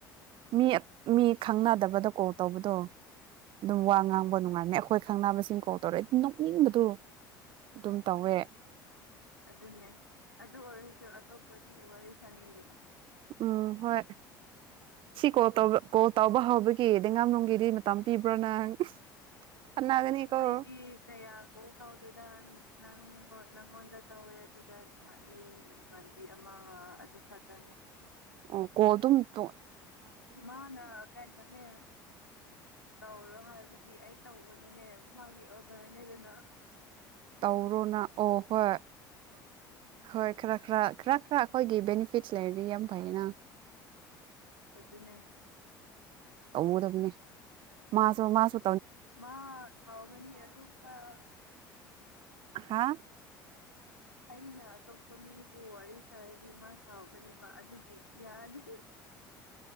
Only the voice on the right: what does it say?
ꯃꯤ ꯃꯤ ꯈꯪꯅꯗꯕꯗꯣ ꯀꯣꯜ ꯇꯧꯕꯗꯣ꯫ ꯑꯗꯨꯝ ꯋꯥ ꯉꯥꯡꯕ ꯅꯨꯡꯉꯥꯏꯅꯤ ꯑꯩꯈꯣꯏ ꯈꯪꯅꯕꯁꯤꯡ ꯀꯣꯜ ꯇꯧꯔꯛꯦ ꯅꯣꯛꯅꯤꯡꯕꯗꯣ ꯑꯗꯨꯝ ꯇꯧꯋꯦ
ꯎꯝ ꯍꯣꯏ ꯁꯤ ꯀꯣꯜ ꯇ ꯀꯣꯜ ꯇꯧꯕ ꯍꯥꯎꯕꯒꯤꯗꯩꯉꯥꯝꯂꯅꯨꯡꯝꯒꯤꯗꯤ ꯃꯇꯝ ꯄꯤꯕ꯭ꯔꯣ ꯅꯪ ꯈꯠꯅꯒꯅꯤꯀꯣ
ꯑꯣ ꯀꯣꯗꯨꯝ ꯇ
ꯀꯧꯔꯣꯅꯥ ꯑꯣ ꯍꯣꯏ ꯍꯣꯏ ꯈꯔ ꯈꯔ ꯈꯔ ꯈꯔ ꯑꯩꯈꯣꯏꯒꯤ ꯕꯦꯅꯤꯐꯤꯠꯁ ꯂꯩꯔꯗꯤ ꯌꯥꯝ ꯐꯩꯌꯦꯅ
ꯇꯧ ꯇꯝꯅꯤ ꯃꯥꯁꯣ ꯃꯥꯁ
ꯍꯥ